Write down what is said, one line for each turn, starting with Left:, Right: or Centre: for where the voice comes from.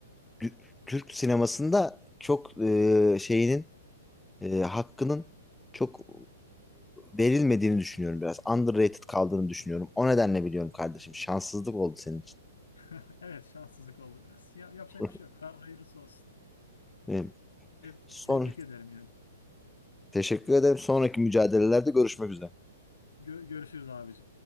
Centre: Tü- Türk sinemasında çok e, şeyinin e, hakkının çok e, verilmediğini düşünüyorum biraz. Underrated kaldığını düşünüyorum. O nedenle biliyorum kardeşim. Şanssızlık oldu senin için.
Left: <laughs> Evet, şanssızlık oldu biraz. Ya, yapacak
Centre: <laughs>
Left: bir şey yok. Ha, hayırlısı olsun.
Centre: Evet.
Left: Te-
Centre: Son,
Left: tebrik ederim yani.
Centre: teşekkür ederim. Sonraki mücadelelerde görüşmek üzere.
Left: Gö- görüşürüz abici.